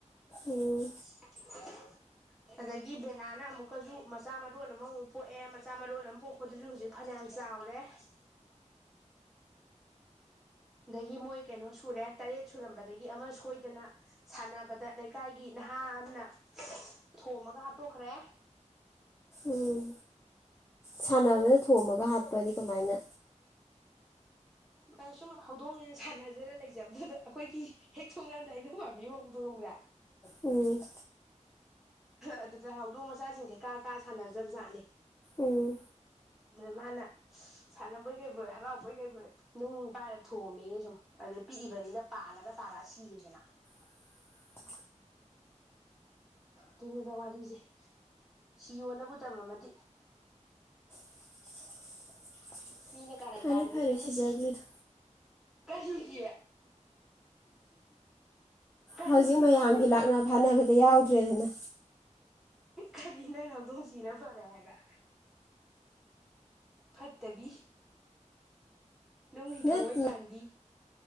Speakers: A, on the left (about 20°); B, in the centre.
A: ꯎꯝ
B: <inaudible> ꯑꯗꯒꯤ ꯕꯦꯂꯥꯅ ꯑꯃꯨꯛꯀꯁꯨ ꯃꯆꯥ ꯃꯔꯣꯟ ꯑꯃꯃꯨꯛ ꯄꯣꯛꯑꯦ ꯃꯆꯥ ꯃꯔꯣꯟ ꯑꯃ ꯄꯣꯛꯄꯗꯁꯨ ꯍꯧꯖꯤꯛ ꯐꯅ ꯌꯥꯝ ꯆꯥꯎꯔꯦ <unintelligible> ꯑꯗꯒꯤ ꯃꯣꯏ ꯀꯩꯅꯣ ꯁꯨꯔꯦ ꯇꯔꯦꯠ ꯁꯨꯔꯝꯕꯗꯒꯤ ꯑꯃ ꯁꯣꯏꯗꯅ ꯁꯥꯟꯅꯕꯗ ꯂꯩꯀꯥꯏꯒꯤ ꯅꯍꯥ ꯑꯃꯅ ꯊꯣꯝꯃꯒ ꯍꯥꯠꯇꯣꯛꯈ꯭ꯔꯦ
A: ꯎꯝ ꯁꯥꯟꯅꯕꯗ ꯊꯣꯝꯃꯒ ꯍꯥꯠꯄꯗꯤ ꯀꯃꯥꯏꯅ
B: ꯑ ꯁꯨꯝ ꯍꯧꯗꯣꯡꯅ ꯁꯥꯟꯅꯖꯔ ꯂꯩꯖꯕꯗꯨꯗ ꯑꯩꯈꯣꯏꯒꯤ ꯍꯦꯛ ꯊꯣꯡꯀꯥꯟꯗ ꯑꯩꯅꯧ ꯄꯥꯝꯕꯤ ꯍꯣꯡꯕꯗ ꯍꯣꯡꯕ꯭ꯔꯥ
A: ꯎꯝ
B: ꯑꯗꯨꯗ ꯍꯧꯗꯣꯡ ꯃꯆꯥꯁꯤꯡꯁꯦ ꯀꯥ ꯀꯥ ꯁꯥꯟꯅꯖꯕ ꯖꯥꯠꯅꯦ
A: ꯎꯝ
B: ꯑꯗꯨ꯭ꯔꯃꯅ ꯁꯥꯟꯅꯕꯣꯏ ꯀꯩꯕꯣꯏ ꯍꯔꯥꯎꯕꯣꯏ ꯀꯩꯕꯣꯏ ꯅꯨꯡ ꯄꯥꯏꯔ ꯊꯣꯝꯃꯦ ꯁꯨꯝ ꯑꯗꯨꯗꯩ ꯄꯤꯛꯏꯕꯅꯤꯅ ꯄꯥꯜꯂꯒ ꯇꯥ ꯈꯔ ꯁꯤꯔꯦꯗꯅ
A: <inaudible>
B: ꯗꯨꯅꯤꯗ ꯋꯥꯔꯤꯖꯦ ꯁꯤꯌꯣꯅꯕꯨ ꯇꯝꯃꯝꯃꯗꯤ
A: <inaudible>
B: ꯃꯤꯅ ꯀꯥꯔꯟ
A: ꯐꯔꯦ
B: ꯇꯥꯕꯗꯖꯨ
A: ꯐꯔꯦ
B: ꯍꯦꯛꯇ
A: ꯁꯤꯖꯈ꯭ꯔꯤꯗꯣ
B: ꯁꯤ ꯀꯔꯤꯒꯤ ꯀꯔꯤ
A: ꯍꯧꯖꯤꯛ ꯃꯌꯥꯝꯒꯤ
B: ꯍꯧꯗꯣꯡꯁꯤ
A: ꯂꯥꯛꯅ ꯐꯥꯅꯕꯗ ꯌꯥꯎꯗ꯭ꯔꯦꯗꯅ
B: ꯀꯔꯤ ꯅꯪꯅ ꯍꯧꯗꯣꯡ ꯁꯤꯔ ꯐꯔꯦ ꯍꯥꯏꯕ ꯐꯠꯇꯕꯤ ꯅꯨꯡꯒꯤ
A: ꯅꯠꯇꯦ
B: ꯊꯝꯃꯣꯏ ꯄꯥꯟꯕꯤ